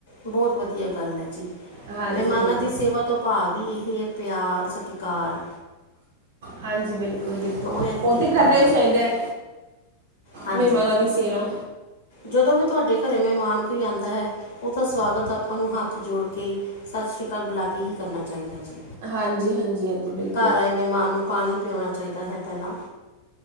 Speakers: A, on the left; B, on the right.
A: ਬਹੁਤ ਵਧੀਆ ਗੱਲ ਏ ਜੀ,
B: ਹਾਂਜੀ
A: ਮਹਿਮਾਨਾਂ
B: ਹਾਂਜੀ
A: ਦੀ ਸੇਵਾ ਤੋਂ ਭਾਵੀ ਇਹੀ ਏ, ਪਿਆਰ ਸਤਿਕਾਰ
B: ਹਾਂਜੀ, ਬਿਲਕੁਲ-
A: ਅਤੇ
B: ਬਿਲਕੁਲ,
A: ਪ੍ਰਾਹੁਣਿਆਂ ਦੀ
B: ਉਹ
A: ਦੇਖਭਾਲ
B: ਤੇ ਕਰਨਾ ਹੀ ਚਾਹੀਦਾ
A: ਹਾਂਜੀ
B: ਮਹਿਮਾਨਾਂ ਦੀ ਸੇਵਾ
A: ਜਦੋਂ ਵੀ ਤੁਹਾਡੇ ਘਰ ਮਹਿਮਾਨ ਕੋਈ ਆਂਉਦਾ ਹੈ, ਉਹਦਾ ਸਵਾਗਤ ਆਪਾਂ ਨੂੰ ਹੱਥ ਜੋੜ ਕੇ ਸਤਿ ਸ੍ਰੀ ਅਕਾਲ ਬੁਲਾ ਕੇ ਹੀ ਕਰਨਾ ਚਾਹੀਦਾ ਜੀ,
B: ਹਾਂਜੀ ਹਾਂਜੀ ਹਾਂਜੀ ਬਿਲਕੁਲ
A: ਘਰ ਆਏ ਮਹਿਮਾਨ ਨੂੰ ਪਾਣੀ ਪਿਉਣਾ ਚਾਹੀਦਾ ਹੈ ਪਹਿਲਾਂ,